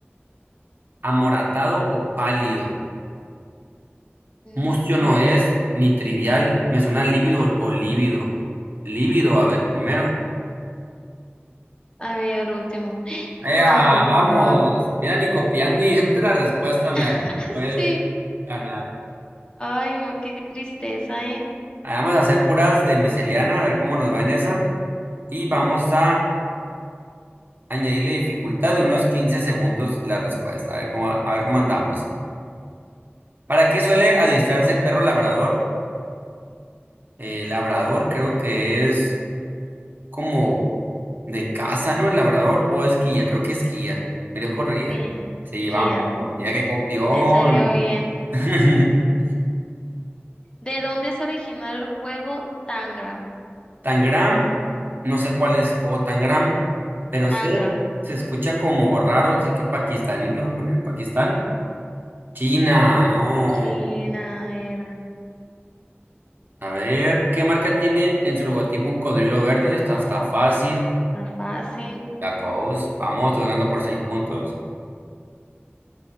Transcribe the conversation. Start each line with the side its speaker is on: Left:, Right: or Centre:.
Right: amoratado o pálido.
Left: Mm,
Right: Mustio no es ni trivial. Me suena lívido o lívido. Lívido, a ver, primero.
Left: a ver, el último.
Right: Ea,
Left: Ah,
Right: vamos. Mira, ni copiando ni diciendo la respuesta,
Left: <laughs>
Right: me me puedes
Left: sí.
Right: ganar.
Left: Ay, no, qué tristeza, ¿eh?
Right: Ah, Vamos a hacer puras de miscelánea, a ver cómo nos va en esa. Y vamos a añadirle dificultad de unos 15 segundos la respuesta, a ver cómo, a ver cómo andamos. ¿Para qué suele adiestrarse el perro labrador? Eh, labrador creo que es como de casa, ¿no? El labrador, o es guía, creo que es guía. Me dio guía.
Left: Sí,
Right: Sí,
Left: guía,
Right: vamos. Mira qué copión.
Left: me salió bien.
Right: <laughs>
Left: ¿De dónde se originó el juego Tangram?
Right: Tangram, no sé cuál es el juego Tangram, pero
Left: Tangram.
Right: sé, se escucha como raro, sí que pakistaní, lo voy a poner, Pakistán. China, no.
Left: China era.
Right: A ver, ¿qué marca tiene en su logotipo un cocodrilo verde? Esta está fácil.
Left: Está fácil.
Right: Lacoste, vamos, estoy ganando por seis puntos.